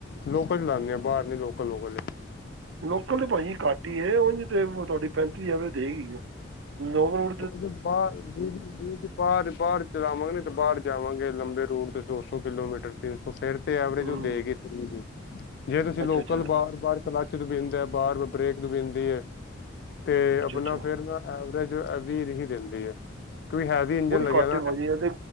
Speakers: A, on the left (about 55°); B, on the right (about 75°).
A: ਲੋਕਲ ਲਾਂਦੇ ਆ ਬਾਹਰ ਨੀ ਲੋਕਲ ਲੋਕਲ।
B: ਲੋਕਲ ਤੇ ਭਾਜੀ ਘੱਟ ਹੀ ਉਹ ਤੇ ਤੁਹਾਡੀ ਪੈਂਤੀ ਹਜ਼ਾਰ ਦੇਗੀਈ ਆ ਲੋਕਲ
A: ਉਹ ਬਾਹਰ ਬੀਜ ਬੀਜ। ਬਾਹਰ ਬਾਹਰ ਚਲਾਵਾਂਗੇ ਤੇ ਬਾਹਰ ਜਾਵਾਂਗੇ ਲੰਬੇ ਰੂਟ ਤੋਂ ਦੋ ਸੌ ਕਿਲੋਮੀਟਰ ਤਿੰਨ ਸੌ ਫੇਰ। ਐਵਰੇਜ
B: ਹੂੰ
A: ਉਹ ਦੇਗੀ ਫਰੀ ਦੀ ਜੇ ਤੁਸੀਂ ਲੋਕਲ
B: ਅੱਛਾ ਅੱਛਾ
A: ਬਾਰ ਬਾਰ ਕਲਾ ਬਿੰਦੈ ਬਾਰ ਬਰੇਕ ਬਿੰਦ ਦੀ ਹ ਤੇ
B: ਅੱਛਾ
A: ਆਪਣਾ
B: ਅੱਛਾ
A: ਫਿਰ ਹੈ ਤੇ ਆਪਣਾ ਫਿਰ ਨਾ ਐਵਰੇਜ ਅਭੀ ਨਹੀਂ ਹੀ ਦਿੰਦੀ ਹੈ ਇੰਜਨ
B: ਬੜੀ
A: ਲੱਗਿਆ
B: ਘਾਟੇ
A: ਨਾ
B: ਭਾਜੀ ਆ